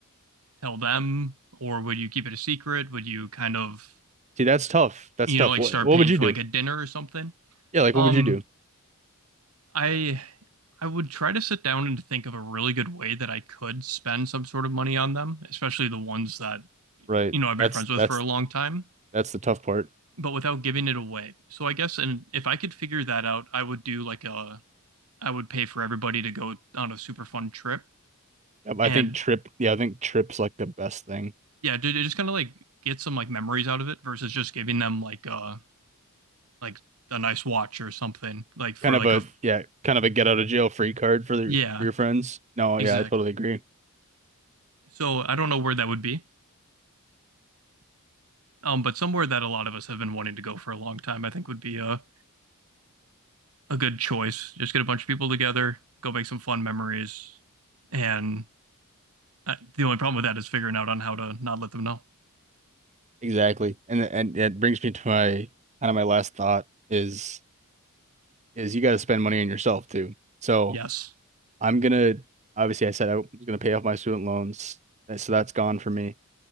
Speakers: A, on the right; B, on the right.
A: tell them, or would you keep it a secret? Would you kind of,
B: See, that's tough. That's
A: you
B: tough.
A: know, like
B: What
A: start
B: what
A: paying
B: would you
A: for
B: do?
A: like a dinner or something?
B: Yeah, like
A: Um,
B: what would you do?
A: I I would try to sit down and think of a really good way that I could spend some sort of money on them, especially the ones that,
B: Right.
A: you know, I've been
B: That's
A: friends with
B: that's
A: for a long time,
B: that's the tough part.
A: but without giving it away. So I guess and if I could figure that out, I would do like a I would pay for everybody to go on a super fun trip
B: Yeah, but
A: and
B: I think trip, yeah, I think trip's like the best thing.
A: yeah, dude, it just kind of like get some like memories out of it versus just giving them like uh like a nice watch or something like for
B: Kind
A: like
B: of a
A: a
B: yeah, kind of a get out of jail free card for, the,
A: yeah,
B: for your friends. No,
A: exactly.
B: yeah, I totally agree.
A: So I don't know where that would be. Um, but somewhere that a lot of us have been wanting to go for a long time, I think would be a, a good choice. Just get a bunch of people together, go make some fun memories. And uh, the only problem with that is figuring out on how to not let them know.
B: Exactly. And and it brings me to my kind of my last thought is is you got to spend money on yourself too. So
A: Yes.
B: I'm gonna obviously I said I was gonna pay off my student loans, and so that's gone for me.